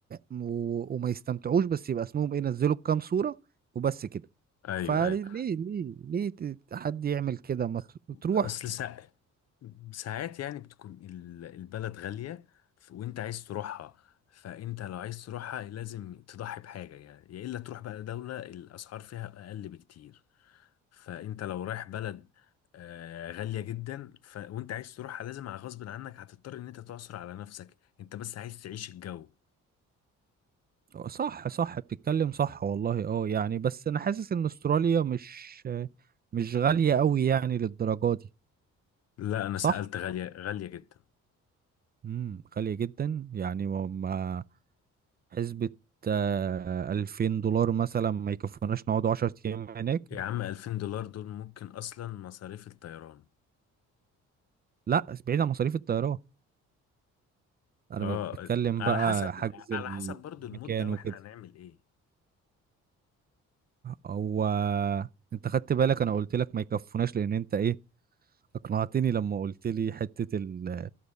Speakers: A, on the right; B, on the left.
A: و... وما يستمتعوش بس يبقى اسمهم ايه نزلوا كام صورة وبس كده
B: ايوه
A: فليه
B: ايوه
A: ليه ليه ليه ت- حد يعمل كده ما ت- تروح
B: اصل سا... ساعات يعني بتكون ال- البلد غاليه ف- وانت عايز تروحها فانت لو عايز تروحها لازم تضحي بحاجه يعني يا الا تروح بقى دوله الاسعار فيها اقل بكتير فانت لو رايح بلد آه، غالية جدا ف... وانت عايز تروحها لازم على غصب عنك هتضطر ان انت تعصر على نفسك انت بس عايز تعيش الجو
A: آه، صح صح بتتكلم صح والله اه يعني بس انا حاسس ان استراليا مش مش غالية قوي يعني للدرجة دي
B: لا انا
A: صح
B: سألت غالية غالية جدا
A: امم غالية جدا يعني ما ما- حسبة آه، 2000 دولار مثلا ما يكفوناش نقعد 10 ايام هناك
B: يا عم 2000 دولار دول ممكن اصلا مصاريف الطيران
A: لا بعيد عن مصاريف الطيران انا
B: اه
A: بتكلم
B: على
A: بقى
B: حسب
A: حجز
B: على حسب برضو المدة
A: المكان
B: واحنا
A: وكده
B: هنعمل ايه
A: هو انت خدت بالك انا قلت لك ما يكفوناش لان انت ايه اقنعتني لما قلت لي حتة ال-